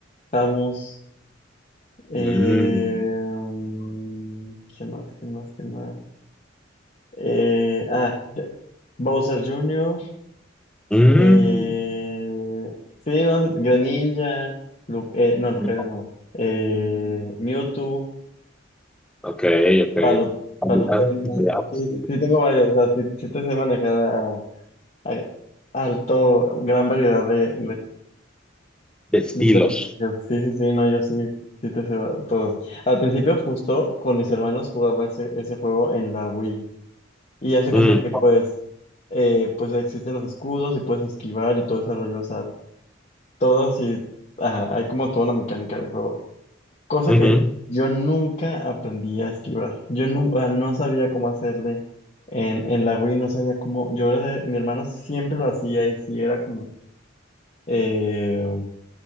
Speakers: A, on the left; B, in the centre.
A: Samus, eh,
B: Mm,
A: mm, ¿quién más? ¿Quién más? ¿Quién más? Eh, ah, de- Bowser Jr.,
B: mm.
A: eh, sí, no, Greninja, Lu- eh, no, Lucario
B: mm.
A: no, eh, Mewtwo,
B: Ok, ok.
A: Palo,
B: Variedad,
A: Palutena,
B: variedad,
A: sí,
B: sí.
A: sí tengo varios, o sea, sí, sí te sé manejar a, a- alto, gran variedad de,
B: De estilos.
A: De personajes. Sí, sí, sí, no, yo sí, sí te sé todos. Al principio justo con mis hermanos jugaba ese, ese juego en la Wii y ya se cuenta
B: Mm,
A: que pues, eh, pues existen los escudos y puedes esquivar y todo ese rollo, o sea, todos y, ajá, hay como toda una mecánica de juego. Cosa
B: ujú.
A: que yo nunca aprendí a esquivar, yo nunca, no sabía cómo hacerle en, en la Wii, no sabía cómo, yo era de- mi hermano siempre lo hacía y sí era como... Eh,